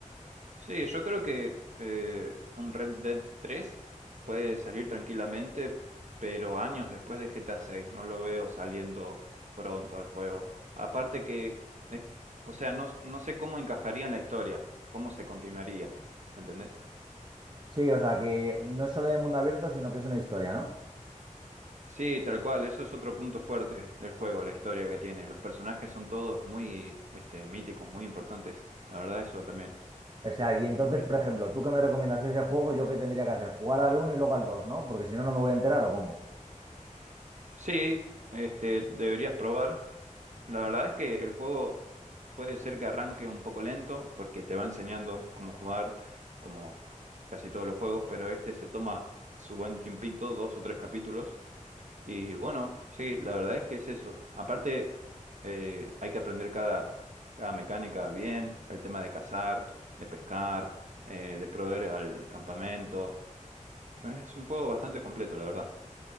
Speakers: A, on the right; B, on the right.
A: Sí, yo creo que eh, un Red Dead 3 puede salir tranquilamente, pero años después de GTA 6, no lo veo saliendo pronto al juego. Aparte que, es- o sea, no, no sé cómo encajaría en la historia, cómo se continuaría, ¿me entendés?
B: Sí, o sea, que no es solo de mundo abierto, sino que es una historia, ¿no?
A: Sí, tal cual, eso es otro punto fuerte del juego, la historia que tiene. Los personajes son todos muy este, míticos, muy importantes. La verdad, eso también,
B: O sea, y entonces,
A: muy...
B: por
A: bien.
B: ejemplo, tú que me recomiendas ese juego, yo qué tendría que hacer, jugar al uno y luego al 2, ¿no? Porque si no, no me voy a enterar o cómo.
A: Sí, este, deberías probar. La verdad es que el juego puede ser que arranque un poco lento porque te va enseñando cómo jugar, como casi todos los juegos, pero este se toma su buen tiempito, dos o tres capítulos. Y bueno, sí, la verdad es que es eso. Aparte, eh, hay que aprender cada, cada mecánica bien, el tema de cazar, de pescar, eh, de proveer al campamento. Es un juego bastante completo, la verdad.